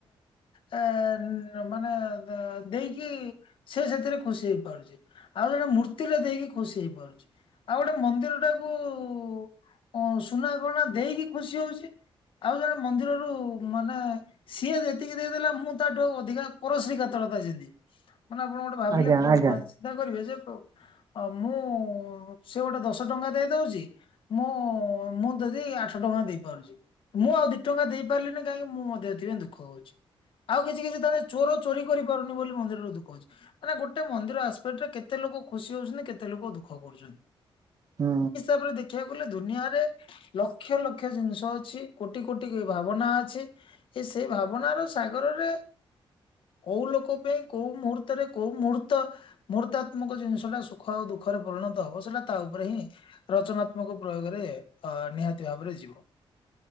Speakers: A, on the left (about 65°); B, on the right (about 40°).
A: ଏ ମାନେ ଦେଇକି ସେ ସେଥିରେ ଖୁସି ହେଇପାରୁଚି ଆଉ ଜଣେ ମୂର୍ତ୍ତିରେ ଦେଇକି ଖୁସି ହେଇପାରୁଚି ଆଉ ଗୋଟେ ମନ୍ଦିରଟା କୁ ସୁନାଗଣା ଦେଇକି ଖୁସି ହଉଚି ଆଉ ଜଣେ ମନ୍ଦିରରୁ ମାନେ ସିଏ ଯେତିକି ଦେଇଦେଲେ ମୁଁ ତାଠୁ ଅଧିକା ପରଶ୍ରୀ କାତରତା ଯେମିତି ମାନେ ଆପଣ ଗୋଟେ ଭାବିଲେ
B: ଆଜ୍ଞା
A: କୋ-କ
B: ଆଜ୍ଞା
A: ଚିନ୍ତା କରିବେ ଯେ ମୁଁ ସେ ଗୋଟେ ଦଶ ଟଙ୍କା ଦେଇ ଦଉଚି ମୁଁ ମୁଁ ଯଦି ଆଠ ଟଙ୍କା ଦେଇପାରୁଚି ମୁଁ ଆଉ ଦି ଟଙ୍କା ଦେଇପାରିଲିନି କାହିଁକି ମୁଁ ମଧ୍ୟ ଏଥିପାଇଁ ଦୁଃଖ ହଉଚି ଆଉ କିଛି କିଛି ତାହେଲେ ଚୋର ଚୋରି କରିପାରୁନି ବୋଲି ମନ୍ଦିରରୁ ଦୁଃଖ ହଉଚି ମାନେ ଗୋଟେ ମନ୍ଦିର ଆସ୍ ପେଟରେ କେତେ ଲୋକ ଖୁସି ହଉଚନ୍ତି କେତେ ଲୋକ ଦୁଃଖ କରୁଚନ୍ତି।
B: ହୁଁ।
A: ବରେ ଦେଖିବାକୁ ଗଲେ ଦୁନିଆରେ ଲକ୍ଷ ଲକ୍ଷ ଜିନିଷ ଅଛି କୋଟି କୋଟି ଭାବନା ଅଛି ଏ ସେଇ ଭାବନାର ସାଗରରେ କୋଉ ଲୋକ ପାଇଁ କୋଉ ମୁହୂର୍ତ୍ତରେ କୋଉ ମୁହୂର୍ତ୍ତ ମୁହର୍ତ୍ତାତ୍ମକ ଜିନିଷ ଟା ସୁଖ ଆଉ ଦୁଃଖରେ ପରିଣତ ହବ ସେଟା ତା ଉପରେ ହିଁ ରଚନାତ୍ମକ ପ୍ରୟୋଗରେ ନିହାତି ଭାବରେ ଯିବ।